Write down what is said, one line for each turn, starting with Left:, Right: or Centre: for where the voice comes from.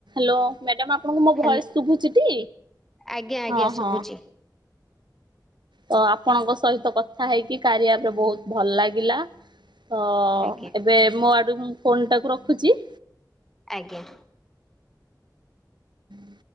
Right: ହ୍ୟାଲ ମ୍ୟାଡାମ ଆପଣଙ୍କ ମୋ ଭୟସ
Centre: ହ୍ୟାଲୋ
Right: ଶୁଭୁଛିଟି
Centre: ଆଜ୍ଞା ଆଜ୍ଞା
Right: ହଁ
Centre: ଶୁଭୁଛି
Right: ହଁ ତ ଆପଣଙ୍କ ସହିତ କଥା ହେଇକି କାରିୟାପରେ ବହୁତ ଭଲ ଲାଗିଲା। ହଁ
Centre: ଆଜ୍ଞା
Right: ଏବେ ମୋ ଆଡୁ ମୁଁ ଫୋନ୍ ଟାକୁ ରଖୁଛି।
Centre: ଆଜ୍ଞା।
Right: <inaudible>